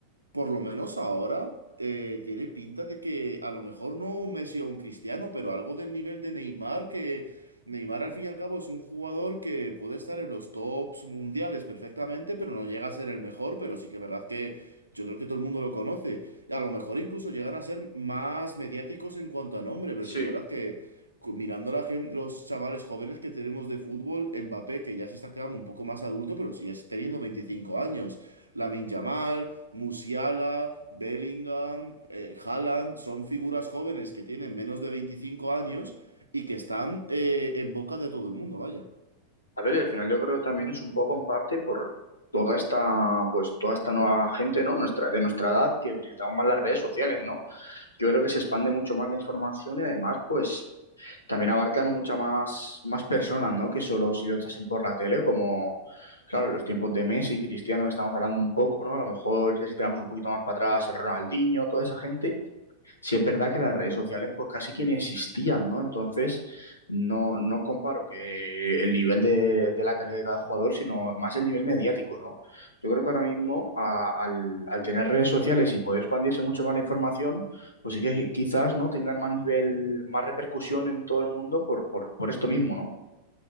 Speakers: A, on the right; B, on the left.
A: Por lo menos ahora eh, tiene pinta de que a lo mejor no un Messi o un Cristiano, pero algo del nivel de Neymar, que Neymar al fin y al cabo es un jugador que puede estar en los tops mundiales perfectamente, pero no llega a ser el mejor, pero sí que es verdad que yo creo que todo el mundo lo conoce. Y a lo mejor incluso llegan a ser más mediáticos en cuanto a nombre, pero
B: sí,
A: sí que es verdad que cu- mirando la gen- los chavales jóvenes que tenemos de fútbol, Mbappé, que ya se está quedando un poco más adulto, pero sigue teniendo 25 años. Lamine Yamal, Musiala, Bellingham, eh, Haaland, son figuras jóvenes que tienen menos de 25 años y que están eh, en boca de todo el mundo, vaya.
B: A ver, y al final yo creo que también es un poco en parte por toda esta, pues toda esta nueva gente, ¿no? Nuestra, de nuestra edad, que utilizamos más las redes sociales, ¿no? yo creo que se expande mucho más la información y además, pues también abarcan muchas más, más personas, ¿no? Que solo si lo echasen por la tele, como, claro, los tiempos de Messi, Cristiano, que estamos hablando un poco, ¿no? A lo mejor si tiramos un poquito más para atrás, el Ronaldinho, toda esa gente Sí, es verdad que las redes sociales pues casi que ni existían, ¿no? Entonces, no, no comparo que el nivel de, de la calidad de cada jugador, sino más el nivel mediático, ¿no? Yo creo que ahora mismo a- al, al tener redes sociales y poder expandirse mucho más la información, pues sí que quizás, ¿no? Tengan más nivel, más repercusión en todo el mundo por, por, por esto mismo, ¿no?